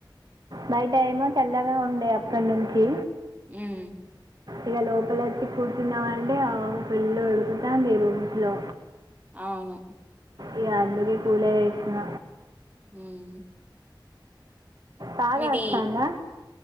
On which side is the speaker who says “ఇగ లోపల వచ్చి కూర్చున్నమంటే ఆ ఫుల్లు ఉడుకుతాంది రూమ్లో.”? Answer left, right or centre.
Right